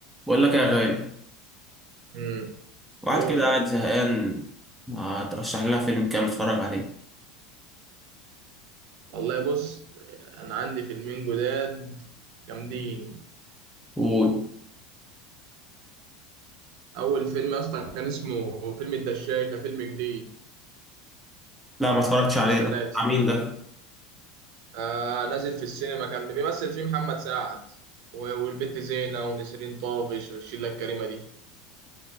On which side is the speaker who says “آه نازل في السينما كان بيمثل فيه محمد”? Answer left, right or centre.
Right